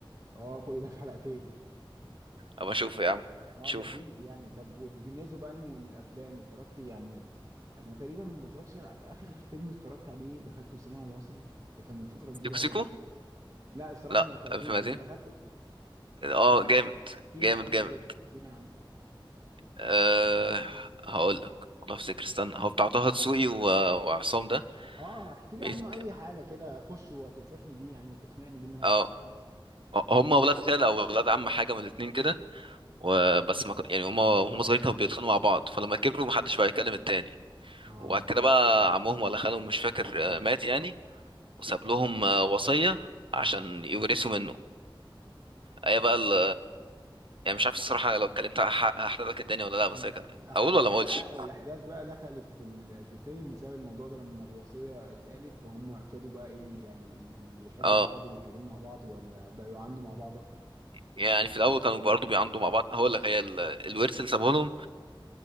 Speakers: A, on the right; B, on the right.
A: اه كل ده في حلقتين
B: أبقى أشوف يا عم
A: اه
B: تشوف
A: لذيذ يعني طب بالنسبه بقى للم- للافلام اتفرجت يعني انا تقريبا ما بفرجش على- اخر فيلم اتفرجت عليه دخلته سينما مصري ده كان من فتره كبيره
B: سيكو
A: قوي
B: سيكو
A: ده لا الصراحه
B: لا
A: ما دخلتوش
B: ألف ميتين
A: انت دخلته
B: اه جامد
A: احكي
B: جامد
A: لي عنه
B: جامد
A: كده احكي لي عنه
B: أه هقول لك والله افتكر استنى هو بتاع طه دسوقي و- وعصام ده
A: اه احكي
B: بيت-
A: لي عنه اي حاجه كده اخش وتنصحني بيه يعني تقنعني بيه ان انا أدخل.
B: اه هم ولاد خال او ولاد عم حاجه من الاتنين كده وبس ما ك- يعني هما وهم صغيرين كانوا بيتخانقوا مع بعض فلما كبروا محدش بقى يكلم التاني
A: اه
B: وبعد كده بقى عمهم ولا خالهم مش فاكر آه، مات يعني وساب لهم آه، وصية عشان
A: مم.
B: يورثوا منه هي بقى ال يعني مش عارف الصراحة لو اتكلمت هح- هحرق لك الدنيا ولا لا بس
A: ال-
B: هي كده
A: الاحداث
B: أقول ولا ما
A: بقى
B: أقولش
A: الاحداث بقى دخلت في ال- في الفيلم بسبب الموضوع ده لما الوصيه اتقالت فهم ابتدوا بقى ايه يعني ي- يحبوا
B: اه
A: بعض ويتكلموا مع بعض ولا بقوا عنده مع بعض اكتر
B: يعني في الأول كانوا برضه بيعاندوا مع بعض هقول لك هي ال- الورث اللي سابه لهم